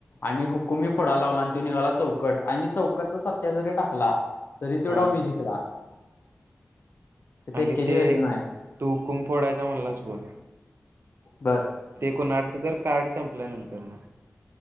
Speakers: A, on the left; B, on the right.
A: आणि हुकुमी फोडा लावला आणि तो निघाला चौकट आणि चौकटचा सत्या जरी टाकला. तरी तो
B: हा
A: डाव मी जिंकला तिथे
B: आणि
A: एक्केची
B: ते
A: व्हॅल्यू नाही
B: तू हुकुम फोडायचा म्हणलास ब
A: बर
B: कुणाचं तर कार्ड संपल्या नंतर न